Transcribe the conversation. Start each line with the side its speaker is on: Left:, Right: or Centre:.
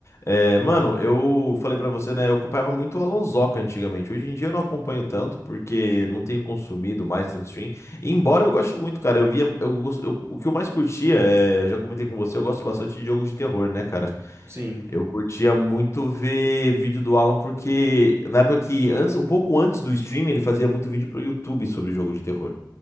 Left: É, mano, eu falei pra você, né? Eu acompanhava muito o Alonsoca antigamente. Hoje em dia eu não acompanho tanto, porque não tenho consumido mais tanto stream. E embora
Right: né? Uhum.
Left: eu goste muito, cara. Eu via. Eu, gos- eu- o que eu mais curtia, é, eu já comentei com você, eu gosto bastante de jogos de terror, né, cara?
Right: Sim.
Left: Eu curtia muito ver vídeo do Alan, porque na época que. Antes, um pouco antes do stream, ele fazia muito vídeo pro YouTube sobre jogo de terror.